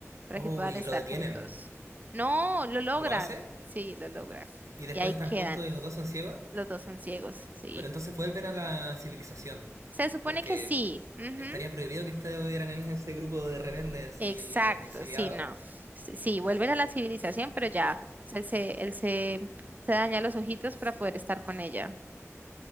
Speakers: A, on the right; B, on the right.
A: para
B: Oh,
A: que puedan
B: y
A: estar
B: lo detienen.
A: juntos. No, lo logran,
B: ¿Lo hace?
A: sí, lo logran.
B: Y después
A: Y ahí
B: están
A: quedan,
B: juntos y los dos son ciegos.
A: los dos son ciegos, sí.
B: Pero entonces vuelven a la civilización.
A: Se supone
B: Porque
A: que sí. ujú,
B: estaría prohibido que estuvieran en ese grupo de rebeldes
A: Exacto,
B: y exiliados.
A: sí, no. Sí, sí, vuelven a la civilización, pero ya se- se- él se, se daña los ojitos para poder estar con ella.